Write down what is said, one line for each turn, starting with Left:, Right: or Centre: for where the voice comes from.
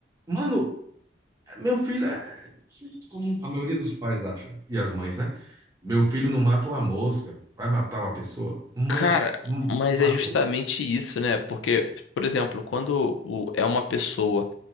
Right: mano, meu filho é feito como a maioria dos pais acha, e as mães, né? Meu filho não mata uma mosca, vai matar uma pessoa? Ma-
Left: Cara,
Right: hum,
Left: mas
Right: matou.
Left: é justamente isso, né? Porque, por exemplo, quando o- é uma pessoa.